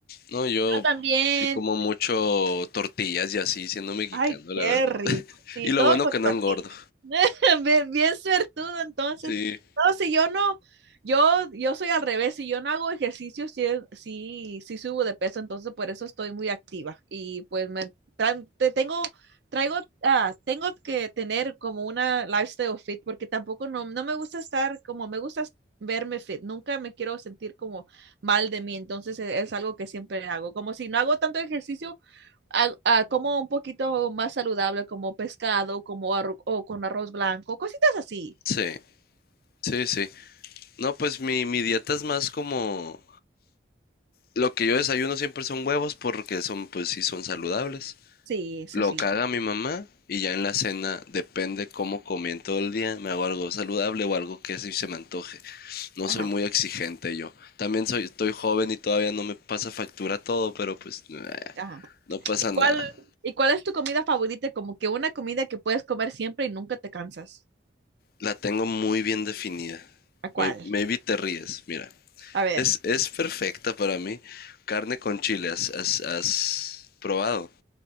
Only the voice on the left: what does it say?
No, yo
sí como mucho tortillas y así, siendo mexicano,
la verdad.
<laughs>
Y lo
bueno
que no
engordo.
Sí,
sí, sí, sí. No, pues mi, mi dieta es más como... Lo que yo desayuno siempre son huevos porque son, pues sí, son saludables.
Lo
que haga mi mamá y ya en la cena, depende cómo comí en todo el día, me hago algo saludable o algo que sí se me antoje. No
soy muy exigente yo. También soy, estoy joven y todavía no me pasa factura todo, pero pues <laughs>
no pasa
nada.
La tengo muy bien definida.
May- Maybe te ríes, mira.
Es, es perfecta para mí. Carne con chile, ¿has, has- has probado?